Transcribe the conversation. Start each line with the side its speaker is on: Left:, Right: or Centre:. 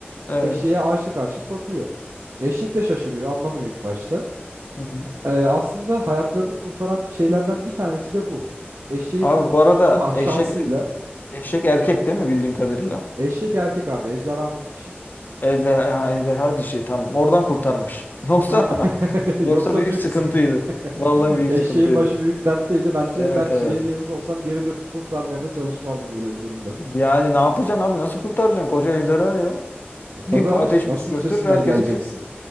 Left: Evet.
Right: Eşeğe aşık aşık bakıyor. Eşek de şaşırıyor anlamıyor ilk başta.
Left: Hı hı.
Right: Ee, aslında hayatlarını kurtaran şeylerden bir tanesi de bu. Eşeğin
Left: Abi
Right: o
Left: bu
Right: <laughs>
Left: arada
Right: şa-
Left: eşek
Right: şansıyla
Left: er-, eşek erkek değil mi bildiğim kadarıyla?
Right: eşek erkek abi ejderhamız dişi.
Left: Ejderha, ejderha dişi tamam. Oradan kurtarmış. <laughs> Yoksa
Right: <laughs> Yoksa
Left: yoksa büyük
Right: büyük
Left: sıkıntıydı.
Right: sıkıntı.
Left: Vallahi
Right: <laughs>
Left: büyük
Right: Eşeğin
Left: sıkıntıydı.
Right: başı büyük dertteydi. Bence
Left: Evet
Right: ben Şire'nin
Left: evet.
Right: yerinde olsam geri dönüp kurtarmaya da çalışmazdım öyle bir durumda.
Left: Yani ne yapacaksın abi? Nasıl kurtaracaksın koca ejderha ya?
Right: E tabii
Left: Bir
Right: abi
Left: ateş
Right: nasıl
Left: püskürtür,
Right: üstesinden
Left: herkesi
Right: geleceksin?
Left: kü